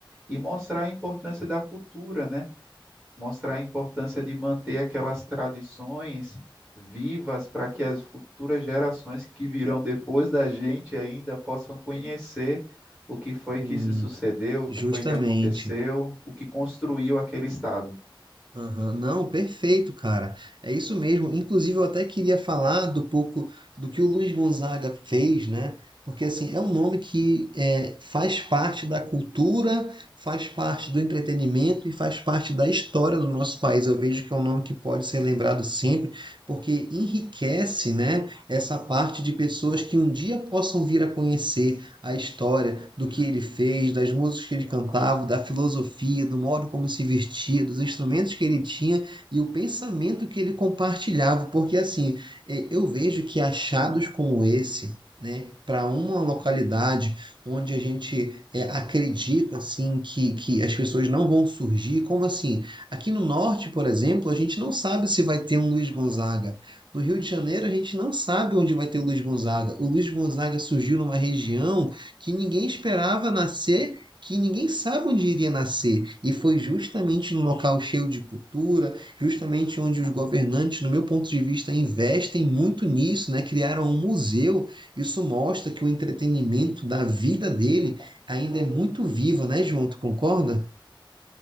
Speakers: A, in the centre; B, on the right (about 60°).
A: e mostrar a importância da cultura, né? Mostrar a importância de manter aquelas tradições vivas para que as futuras gerações que virão depois da gente ainda possam conhecer o que foi que
B: hum,
A: se sucedeu,
B: justamente.
A: o que foi que aconteceu, o que construiu aquele estado.
B: Aham, Não, perfeito, cara. É isso mesmo. Inclusive, eu até queria falar do pouco do que o Luiz Gonzaga fez, né? Porque assim, é um nome que é, faz parte da cultura, faz parte do entretenimento e faz parte da história do nosso país. Eu vejo que é um nome que pode ser lembrado sempre, porque enriquece, né, essa parte de pessoas que um dia possam vir a conhecer, a história do que ele fez, das músicas que ele cantava, da filosofia, do modo como se vestia, dos instrumentos que ele tinha e o pensamento que ele compartilhava, porque assim, eh, eu vejo que achados como esse, né, para uma localidade onde a gente eh, acredita assim que, que as pessoas não vão surgir, como assim? Aqui no norte, por exemplo, a gente não sabe se vai ter um Luiz Gonzaga. No Rio de Janeiro, a gente não sabe onde vai ter o Luiz Gonzaga. O Luiz Gonzaga surgiu numa região que ninguém esperava nascer, que ninguém sabe onde iria nascer. E foi justamente num local cheio de cultura, justamente onde os governantes, no meu ponto de vista, investem muito nisso, né? Criaram um museu. Isso mostra que o entretenimento da vida dele ainda é muito vivo, né, João? Tu concorda?